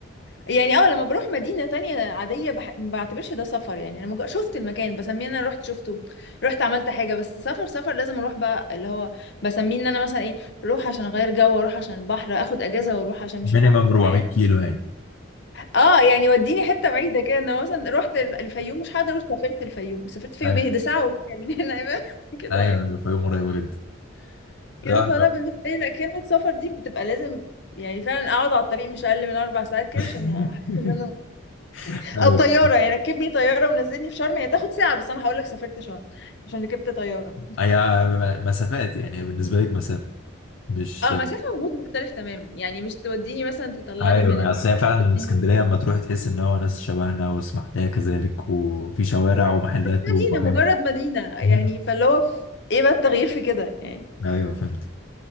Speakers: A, on the left; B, on the left.
A: يعني اه لما بروح مدينة تانية عادية بح... ما بعتبرش ده سفر يعني انا مجرد شفت المكان بسميه ان انا رحت شفته رحت عملت حاجة بس سفر سفر لازم اروح بقى اللي هو بسميه ان انا مثلا ايه اروح عشان اغير جو اروح عشان البحر اخد اجازة واروح عشان مش
B: مينيمم
A: فا...
B: 400
A: بح...
B: كيلو يعني
A: اه يعني وديني حتة بعيدة كده انا مثلا رحت الف- الفيوم مش هقدر اروح سافرت الفيوم سافرت الفيوم
B: ايوه
A: ايه ده ساعة وراجع من هنا يبقى <laughs> كده
B: ايوه
A: يعني
B: فيوم قريبة جدا لا
A: كده فانا بالنسبة لي لا كلمة سفر دي بتبقى لازم يعني فعلا اقعد على الطريق مش اقل من اربع ساعات كده
B: <laughs>
A: عشان احس ان انا
B: أيوة.
A: او طياره يعني ركبني طياره ونزلني في شرم هي تاخد ساعه بس انا هقول لك سافرت شرم عشان ركبت طياره
B: هي مسافات يعني بالنسبة لك مسافة مش
A: اه مسافه ومود مختلف تماما يعني مش توديني مثلا تطلعني
B: ايوه
A: من
B: يعني
A: ال...
B: اصل هي
A: <laughs>
B: فعلا
A: توديني-
B: الاسكندريه لما تروح تحس ان هو ناس شبهنا واسماعيليه كذلك وفي شوارع ومحلات
A: مدينه
B: ومحل
A: مجرد مدينه
B: مم.
A: يعني فاللي هو في- ايه بقى التغيير في كده يعني
B: ايوه فهمت